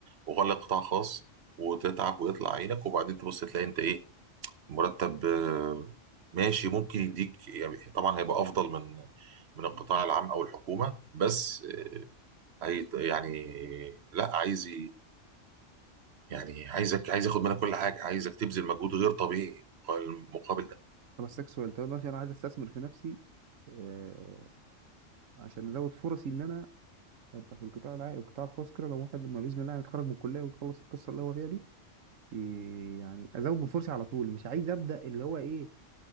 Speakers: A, on the right; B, on the right.
A: وغلق قطاع خاص وتتعب ويطلع عينك وبعدين تبص تلاقي انت ايه مرتب آه، ماشي ممكن يديك يعني طبعا هيبقى افضل من من القطاع العام او الحكومه بس آه، هي يعني لا عايز يعني عايزك عايز اخد منك كل حاجه عايزك تبذل مجهود غير طبيعي المقابل ده
B: بس سكسوال طب ماشي انا عايز استثمر في نفسي آه عشان ازود فرصي ان انا ابقى في القطاع العام القطاع الخاص كده لو واحد لما باذن الله يتخرج من الكليه ويخلص القصه اللي هو فيها دي إيه يعني ازود من فرصي على طول مش عايز ابدا اللي هو ايه